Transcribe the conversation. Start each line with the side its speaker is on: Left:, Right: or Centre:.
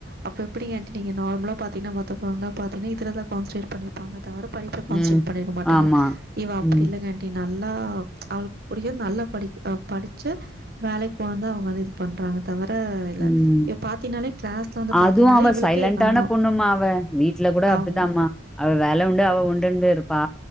Right: அப்போ எப்டிங்க ஆண்டி நீங்க நார்மலா பாத்தீங்கனா மத்தங்கள பாத்தீங்கன இதுல தா கான்சட்ரேட் பண்ணி பாங்க தவிர படிப்புல கான்சரேட்
Centre: ம்.
Right: பண்ணிருக்க மாட்டிங்க
Centre: ஆமா.
Right: இவ அப்டி
Centre: ம்.
Right: இல்லங்க அப்டி நல்லா அவளுக்கு புடிக்கு நல்லா படிக் படிச்ச வேலைக்கு போனுந்தா அந்த இது பண்றாங்க தவிர இல்ல
Centre: ம்.
Right: இ பாத் பத்தினாலே கிளாஸ்ல வந்து பாத்தீனாலே
Centre: அதுவும் அவ
Right: இவளுக்கே
Centre: சைலண்டான
Right: ஆமா
Centre: பொண்ணுமா அவ. வீட்ல கூட அப்படிதாம்மா.
Right: ஆமா
Centre: அவ வேல உண்டு அவ உண்டுன் இருப்பா